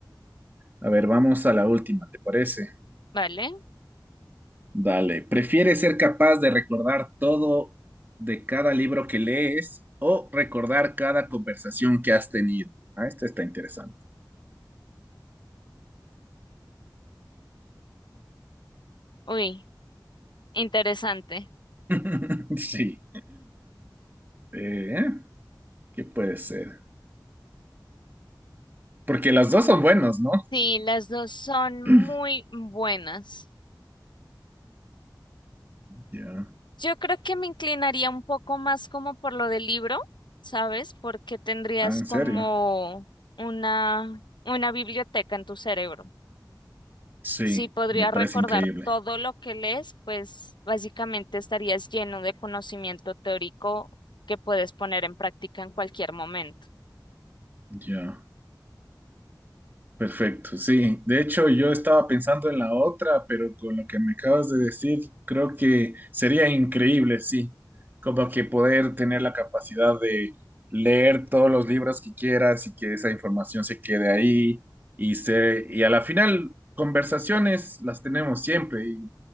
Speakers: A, on the right (about 25°); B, on the left (about 80°).
A: A ver, vamos a la última, ¿te parece?
B: ¿Vale?
A: Dale. ¿Prefieres ser capaz de recordar todo de cada libro que lees o recordar cada conversación que has tenido? Ah, esta está interesante.
B: Uy, interesante.
A: <laughs> Sí. Eh, ¿qué puede ser? Porque las dos son buenos, ¿no?
B: Sí, las dos son muy
A: <clears throat>
B: buenas.
A: Ya.
B: Yo creo que me inclinaría un poco más como por lo del libro, ¿sabes? Porque tendrías
A: Ah, ¿en
B: como
A: serio?
B: una, una biblioteca en tu cerebro.
A: Sí,
B: Si podrías
A: me parece
B: recordar
A: increíble.
B: todo lo que lees, pues básicamente estarías lleno de conocimiento teórico que puedes poner en práctica en cualquier momento.
A: Ya. Perfecto, sí. De hecho, yo estaba pensando en la otra, pero con lo que me acabas de decir, creo que sería increíble, sí. Como que poder tener la capacidad de leer todos los libros que quieras y que esa información se quede ahí y se, y a la final, conversaciones las tenemos siempre y,